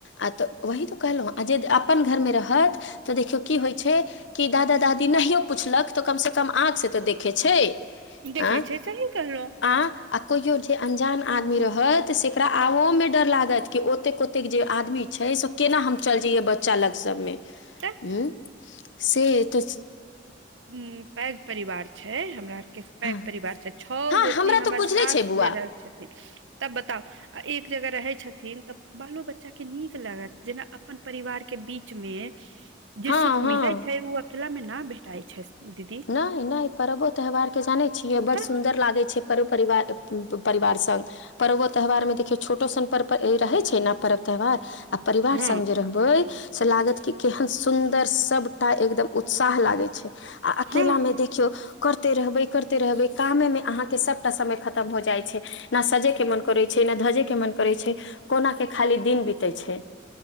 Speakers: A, on the left (about 70°); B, on the right (about 80°).
A: आ तऽ वही तऽ कहलहुँ आ जे अपन घरमे रहत तऽ देखियौ की होइत छै कि दादा दादी नहि पुछलक तऽ कमसँ कम आँखसँ तऽ देखैत छै
B: देखै
A: आँ
B: छै सही कहलू
A: आ आ कहियो जे अंजान आदमी रहत तऽ सेकरा आबओमे डर लागत कि ओतेक ओतेक जे आदमी छै से केना हम चलि जाइया बच्चा लग सभमे
B: तऽ
A: हू से तऽ
B: हूं पैघ परिवार छै हमरा आर के पैघ
A: हँ
B: परिवार छै छओ गोतनी
A: हमरा
B: हमर
A: तऽ बुझले
B: सास
A: छै बौआ
B: जे रह छथिन तब बताउ आ एक जे अगह रहै छथिन तऽ बालो बच्चा के नीक लागत जेना अपन परिवार के बीच मे जे
A: हँ
B: सुख
A: हँ
B: मिलै छै ओ अकेला मे न भेटाई छै दीदी
A: नय नय पर्वो त्यौहारके जानै छियै बड़
B: तऽ
A: सुन्दर लागै छै पर्व परिवार परिवार सङ्ग पर्वो त्यौहारमे देखियौ छोटो सन पर पर्व रहै छै ने पर्व त्यौहार आ परिवार
B: हँ
A: सङ्ग जे रहबै से लागत कि केहन सुन्दर सभटा एकदम उत्साह लागै छै आ अकेला
B: हँ
A: मे देखियौ करते रहबै करते रहबै कामे मे अहाँके सब टा समय खतम हो जाइ छै न सजे के मन करै छै ने धजे के मन करै छै कोना के खाली दिन बीतै छै